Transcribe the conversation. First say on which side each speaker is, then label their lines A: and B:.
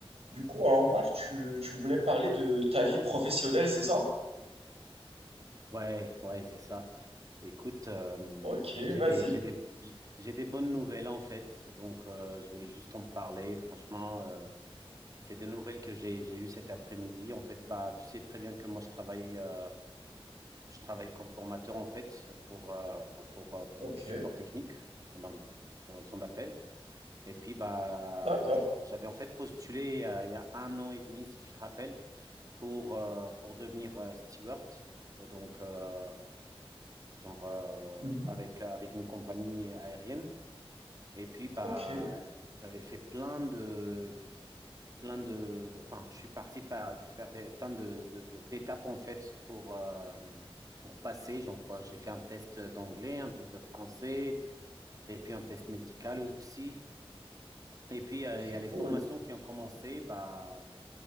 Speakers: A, on the right; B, on the right.
A: Du coup, hein, Omar, tu, tu voulais me parler de ta vie professionnelle, c'est ça?
B: Ouais, ouais, c'est ça. Écoute, euh,
A: Ok,
B: j'ai
A: vas-y.
B: des, j'ai des, j'ai des bonnes nouvelles en fait, donc euh, je voulais juste en parler. Franchement, euh, c'est des nouvelles que j'ai, j'ai eues cet après-midi. En fait, bah, tu sais très bien que moi je travaille, euh, je travaille comme formateur en fait pour, euh, pour, euh, pour
A: Ok,
B: du support technique pendant son appel. Et puis bah,
A: d'accord.
B: euh, j'avais en fait postulé euh, il y a un an et demi, si tu te rappelles, pour, euh, pour devenir euh, steward. Euh, Donc, euh, genre euh,
A: Mhm.
B: avec, euh, avec une compagnie aérienne. Et puis, bah,
A: Ok,
B: j'avais fait plein de, plein de, de- enfin, je suis parti fa- faire des, plein de, de- de- d'étapes en fait pour, euh, pour passer. Genre, euh, j'ai fait un test d'anglais, un test de français, et puis un test médical aussi. Et puis, euh,
A: c'est
B: il y a les
A: cool.
B: formations qui ont commencé. Bah,